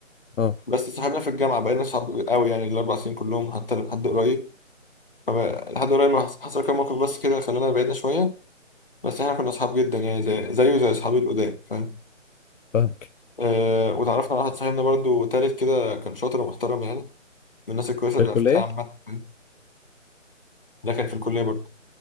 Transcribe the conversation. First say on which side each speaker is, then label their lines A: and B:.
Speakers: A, on the left; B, on the left.
A: اه
B: بس صاحبنا في الجامعة بقينا صحاب قوي يعني الأربع سنين كلهم حتى لحد قريب فما- لحد قريب ما حص- حصل كام موقف بس كده خلانا بعدنا شوية بس إحنا كنا صحاب جدا يعني زي زيه زي أصحابي القدام فاهم
A: فاهمك
B: أه وتعرفنا على واحد صاحبنا برضو تالت كده كان شاطر ومحترم يعني من الناس الكويسة
A: في
B: اللي
A: الكلية؟
B: عرفتها عامة فاهم؟ ده كان في الكلية برضو